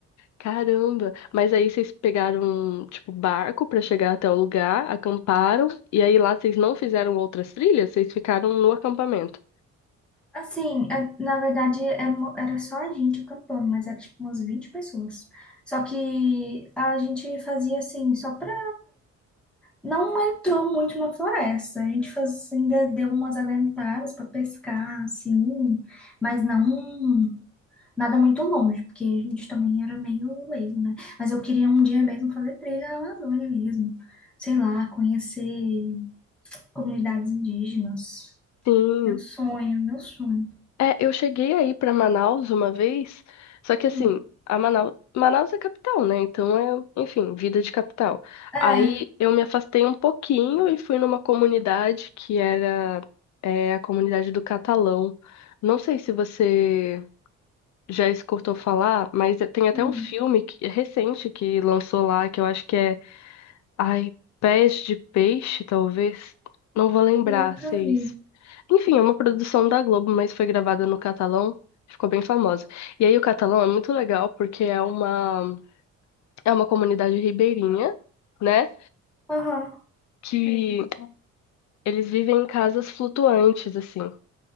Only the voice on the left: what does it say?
Caramba! Mas aí vocês pegaram, tipo, barco pra chegar até o lugar, acamparam, e aí lá vocês não fizeram outras trilhas, vocês ficaram no acampamento.
Sim.
É, eu cheguei aí pra Manaus uma vez, só que
assim, a Manaus, Manaus é capital, né? Então é, enfim, vida de capital.
Aí eu me afastei um pouquinho e fui numa comunidade que era, é, a comunidade do Catalão. Não sei se você já escutou falar, mas tem até
um filme que- é recente que lançou lá, que eu acho que é Ai, Pés de Peixe, talvez. Não vou lembrar
se é isso.
Enfim, é uma produção da Globo, mas foi gravada no catalão. Ficou bem famosa. E aí o catalão é muito legal porque é uma, é uma comunidade ribeirinha, né?
Que eles vivem em casas flutuantes, assim.